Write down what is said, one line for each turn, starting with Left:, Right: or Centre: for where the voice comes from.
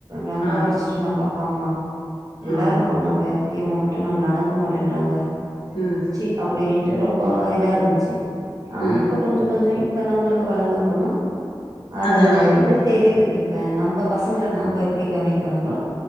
Right: ரொம்ப
Left: ஆமா
Right: உரச்சிட்டு நம்ம அப்பா அம்மா எல்லாரும்
Left: ஆமா
Right: போனாங்க இவங்க மட்டு நம்மள அனுப்ப மாட்டேன்றாங்க
Left: ம்
Right: சி அப்டின்ட்டு ரொம்ப இதா இருந்துச்சி ஆ
Left: ம்
Right: இப்ப கொஞ்சோ கொஞ்சோ இப்ப நம்மளுக்கு வலந்த அப்பறமா அதனோட
Left: அதெல்லா புரியுது
Right: இது தெரிது இப்ப நம்ப பசங்கள நாம எப்டி கவனிக்கிறோமோ